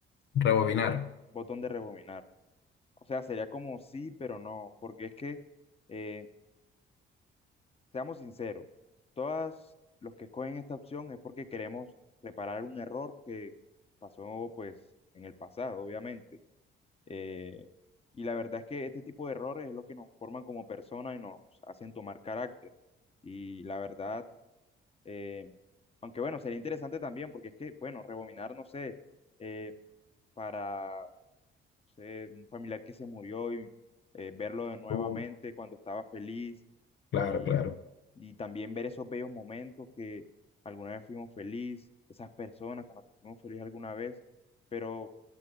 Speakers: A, on the left; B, on the left.
A: botón
B: Rebobinar.
A: de, botón de rebobinar. O sea, sería como sí, pero no, porque es que em, Seamos sinceros, todas los que escogen esta opción es porque queremos reparar un error que pasó pues en el pasado, obviamente. Eh, y la verdad es que este tipo de errores es lo que nos forman como personas y nos hacen tomar carácter. Y la verdad, eh, aunque bueno, sería interesante también porque es que, bueno, rebobinar, no sé, eh, para sé, un familiar que se murió y eh, verlo de nuevamente
B: Uh,
A: cuando estaba feliz
B: claro,
A: y,
B: claro,
A: y también ver esos bellos momentos que alguna vez fuimos feliz, esas personas con las que fuimos feliz alguna vez, pero